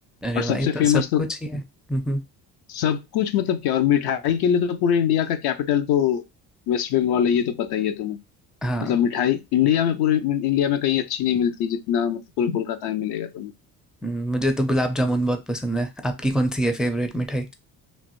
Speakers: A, in the centre; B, on the left.
A: अरे
B: और सबसे
A: भाई तो
B: फेमस
A: सब
B: तो
A: कुछ ही है हम्म हम्म,
B: सब कुछ मतलब क्या और मिठाई के लिए तो पूरे इंडिया का कैपिटल तो वेस्ट बंगाल है ये तो पता ही है तुम्हें
A: हाँ
B: मतलब मिठाई इंडिया में पूरे इंडिया में कहीं अच्छी नहीं मिलती जितना मतलब पूरे कोलकाता में मिलेगा तुम्हें
A: हम्म, मुझे तो गुलाब जामुन बहुत पसंद है आपकी कौन सी है फेवरेट मिठाई